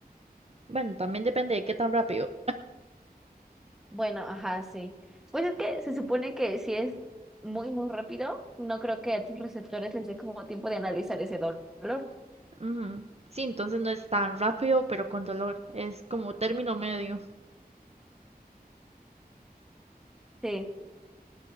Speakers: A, on the right; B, in the centre.
A: Bueno, también depende de qué tan rápido.
B: Bueno, ajá, sí. Pues es que se supone que si es muy, muy rápido, no creo que a tus receptores les dé como tiempo de analizar ese dol- dolor.
A: Ujú. Sí, entonces no es tan rápido, pero con dolor. Es como término medio.
B: Sí,